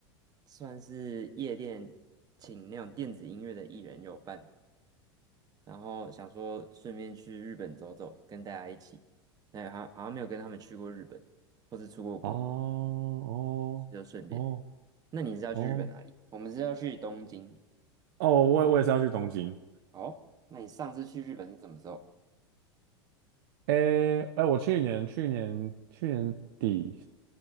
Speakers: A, on the right; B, on the right.
A: 算是夜店请那种电子音乐的艺人有伴，然后想说顺便去日本走走，跟大家一起。对，好像好像没有跟他们去过日本，或是出过国，
B: 哦哦哦
A: 就顺便。那你是要去日本哪里？
B: 哦。
A: 我们是要去东京。
B: 哦，我我也是要去东京。
A: 哦，那你上次去日本是什么时候？
B: 诶诶，我去年去年去年底